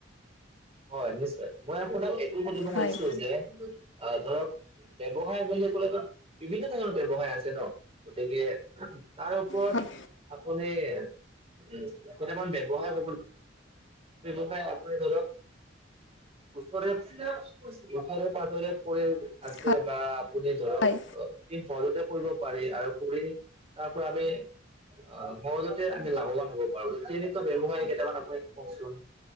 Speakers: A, on the right; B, on the left.
A: হয় নিশ্চয় মই আপোনাক এইটো সুধিব খুজিছো
B: হয়
A: যে ধৰক ব্যৱসায় বুলি ক'লেটো বিভিন্ন ধৰণৰ ব্যৱসায় আছে ন। গতিকে তাৰ ওপৰত
B: হয়
A: আপুনি উ কেইটামান ব্যৱসায় ক'ব ন ব্যৱসায় আপুনি ধৰক ওচৰে ওচৰে-পাজৰে কৈ আছে
B: হয়
A: বা আপুনি ধৰক
B: হয়
A: অ যে সৰুতে কৰিব পাৰি আৰু কৰি তাৰ পৰা আমি অ সহজতে আমি লাভৱান খাব পাৰো। তেনেকুৱা ব্যৱসায় কেইটামান আপুনি কওকচোন।